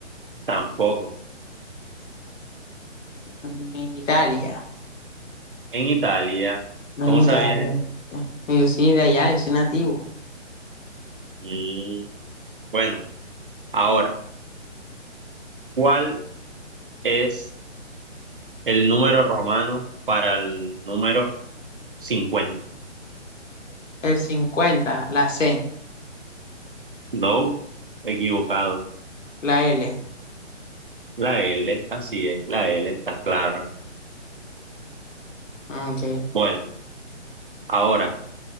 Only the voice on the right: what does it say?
tampoco.
En Italia.
¿Cómo
sabías?
eso?
Mm, bueno, ahora. ¿Cuál es el número romano para el número 50?
No, equivocado.
La L, así es, la L, está claro.
Bueno, ahora,